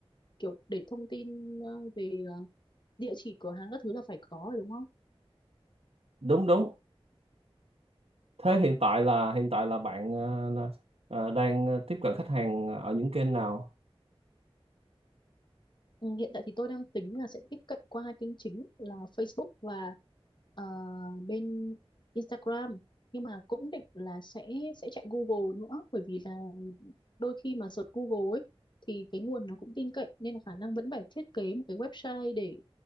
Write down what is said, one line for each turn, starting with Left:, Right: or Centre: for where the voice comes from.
Left: kiểu để thông tin ờ, về ờ, địa chỉ cửa hàng các thứ là phải có rồi đúng không
Right: đúng đúng. Thế hiện tại là hiện tại là bạn ờ, là- ờ, đang tiếp cận khách hàng ở những kênh nào?
Left: Ừ, hiện tại thì tôi đang tính là sẽ tiếp cận qua hai kênh chính là Facebook và ờ, bên Instagram nhưng mà cũng định là sẽ sẽ chạy Google nữa bởi vì là đôi khi mà search Google ấy thì cái nguồn nó cũng tin cậy nên là khả năng vẫn phải thiết kế một cái website để